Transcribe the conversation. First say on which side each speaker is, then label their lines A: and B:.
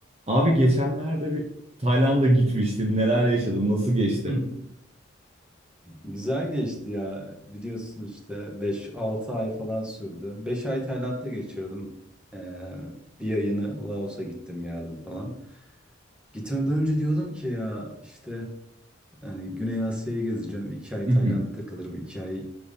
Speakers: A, on the right (about 30°); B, in the centre.
A: Abi geçenlerde bir Tayland'a gitmiştin. Neler yaşadın? Nasıl geçti?
B: <laughs> Güzel geçti ya. Biliyorsun işte beş altı ay falan sürdü. beş ay Tayland'da geçirdim. Ee, bir ayını Laos'a gittim geldim falan. Gitmeden önce diyordum ki ya işte hani Güney Asya'yı gezeceğim. 2 ay
A: <laughs>
B: Tayland'da kalırım. 2 ay